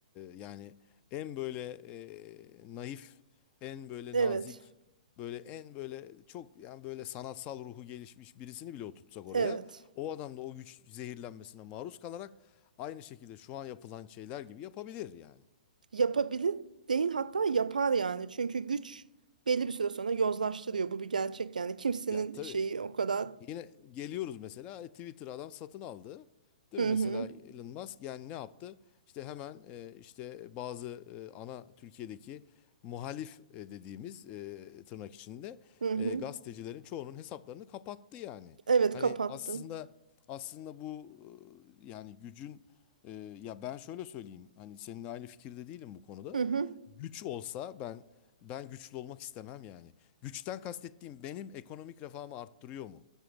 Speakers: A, on the left; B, on the right.
A: yani en böyle e, naif, en böyle
B: Evet.
A: nazik, böyle en böyle çok yani böyle sanatsal ruhu gelişmiş birisini bile oturtsak oraya
B: Evet.
A: o adam da o güç zehirlenmesine maruz kalarak aynı şekilde şu an yapılan şeyler gibi yapabilir yani.
B: yapabilir değil hatta yapar yani. Çünkü güç belli bir süre sonra yozlaştırıyor. Bu bir gerçek yani. Kimsenin
A: Ya tabii
B: şeyi o kadar
A: Yine geliyoruz mesela e, Twitter adam satın aldı. Değil
B: hı
A: mi? Mesela
B: hı
A: Elon Musk yani ne yaptı? İşte hemen e, işte bazı e, ana Türkiye'deki muhalif e, dediğimiz e, tırnak içinde
B: hı hı.
A: e, gazetecilerin çoğunun hesaplarını kapattı yani.
B: Evet
A: Hani
B: kapattım.
A: aslında aslında bu e, yani gücün e, ya ben şöyle söyleyeyim. Hani seninle aynı fikirde değilim bu konuda.
B: Hı hı.
A: Güç olsa ben ben güçlü olmak istemem yani. Güçten kastettiğim benim ekonomik refahımı arttırıyor mu?